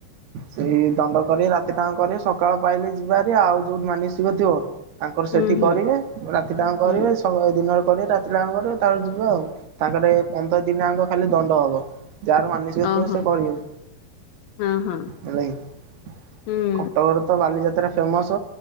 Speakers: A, on the right (about 70°); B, on the left (about 65°).
A: ସେଇ ଦଣ୍ଡ କରି ରାତିଯାଙ୍କ କରି ସକାଳ ପାଇଲେ ଯିବା ଭାରି ଆଉ ଯୋଉଠି ମାନସିକ ଥିବ ତାଙ୍କର ସେଠି
B: ହୁଁ ହୁଁ
A: କରିବେ ରାତିଯାଙ୍କ କରିବେ
B: ହୁଁ
A: ସେ ହଉ ଆଉ ଦିନରେ କରିବେ ରାତି ରେ ଆରମ୍ଭ କରିବେ ତାପରେ ଯିବ ଆଉ ତାପରେ ପନ୍ଦର ଦିନଯାଙ୍କ ଖାଲି ଦଣ୍ଡ ହବ। ଯାହାର ମାନସିକ
B: ଓହୋ
A: ଥିବ ସେ କରିବେ
B: ହଁ ହଁ
A: ହେଲା କି
B: ହୁଁ।
A: କଁ ତମର ତ ବାଲିଯାତ୍ରା ଫେମସ୍